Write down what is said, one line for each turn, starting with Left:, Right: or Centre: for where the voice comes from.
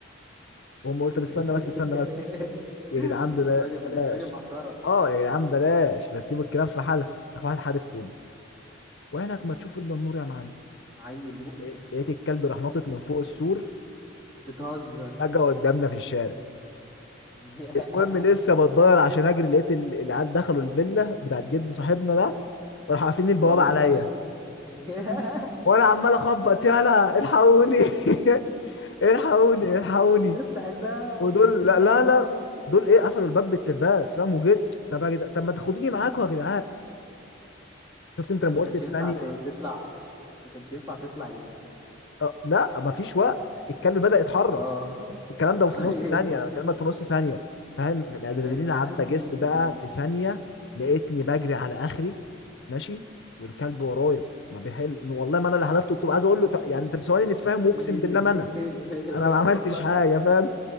Left: وأمّا قُلت:
Right: <laughs>
Left: "طَب استنى بس، استنى بس، يا جدعان ببل
Right: أنت راجل
Left: بلاش."
Right: أنت راجل محترم،
Left: آه، "يا جدعان بلاش، بس سيبوا الكلاب في حالها." راح واحد حادف طوبة، "وعينك ما تشوف إلا النور يا معلم."
Right: عيّل مؤذي،
Left: آآ، لقيت الكلب راح ناطط من فوق السور
Right: بتهزر.
Left: فجأة قدّامنا في الشارع.
Right: <laughs>
Left: المهم لسه بتضاير عشان اجري لقيت ال- العيال دخلوا الفيلا بتاعت جد صاحبنا ده وراحوا قافلين البوابه
Right: آه، وأنت
Left: عليا
Right: ب <laughs>
Left: وانا عمال اخبط يالا الحقوني <laughs> الحقوني الحقوني
Right: افتح الباب،
Left: ودول
Right: افتح
Left: لا لا
Right: الباب.
Left: لا دول ايه قفلوا الباب بالترباس فاهم وجري طب يا جدعان طب ما تاخدوني معاكم يا جدعان شفت انت
Right: أنت
Left: لما
Right: ما كانش
Left: قلت في
Right: ينفع
Left: ثانيه
Right: ت تطلع ما كانش ينفع تطلع ال
Left: أه لا مفيش وقت الكلب بدأ يتحرك
Right: آه.
Left: الكلام ده
Right: <laughs>
Left: في نص ثانية أنا بكلمك في نص ثانية فاهم الأدرينالين
Right: أيوه، أنا
Left: عدى
Right: حاسس
Left: جسمي
Right: بيك
Left: بقى
Right: يا زميلي.
Left: في ثانية لقيتني بجري على آخري ماشي والكلب ورايا ما بيحل والله ما أنا اللي حذفته الطوب عايز أقول له ط- يعني أنت بثواني نتفاهم وأقسم
Right: <laughs>
Left: بالله ما أنا أنا ما عملتش
Right: والله
Left: حاجة
Right: العظيم
Left: فاهم
Right: أنا.